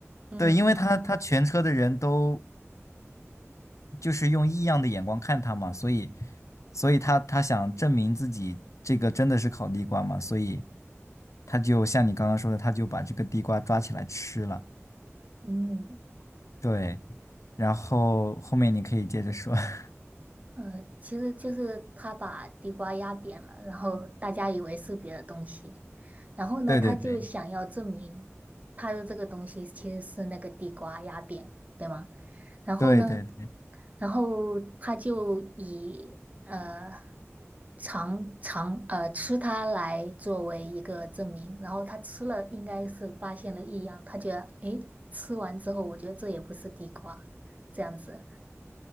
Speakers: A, on the right (about 30°); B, on the left (about 80°).
A: 嗯
B: 对，因为他他全车的人都就是用异样的眼光看他嘛，所以所以他他想证明自己这个真的是烤地瓜嘛，所以他就像你刚刚说的，他就把这个地瓜抓起来吃了。
A: 嗯
B: 对，然后后面你可以接着说。<laughs>
A: 呃，其实就是他把地瓜压扁了，然后大家以为是别的东西，然后呢，
B: 对对对
A: 他就想要证明他的这个东西其实是那个地瓜压扁，对吗？然后呢，
B: 对对对
A: 然后他就以呃尝尝呃吃它来作为一个证明，然后他吃了应该是发现了异样，他觉得诶，吃完之后我觉得这也不是地瓜，这样子